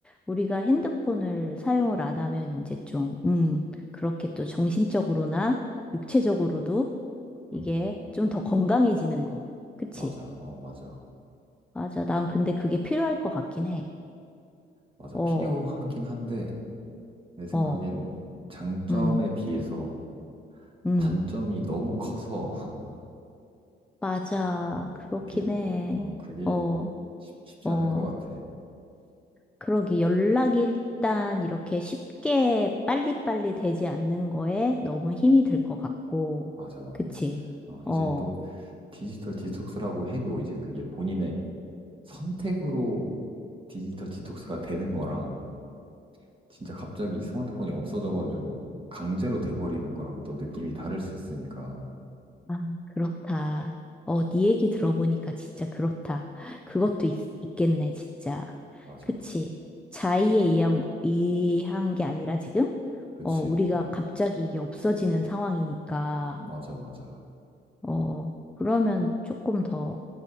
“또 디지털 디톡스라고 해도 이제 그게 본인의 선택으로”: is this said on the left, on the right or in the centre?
Right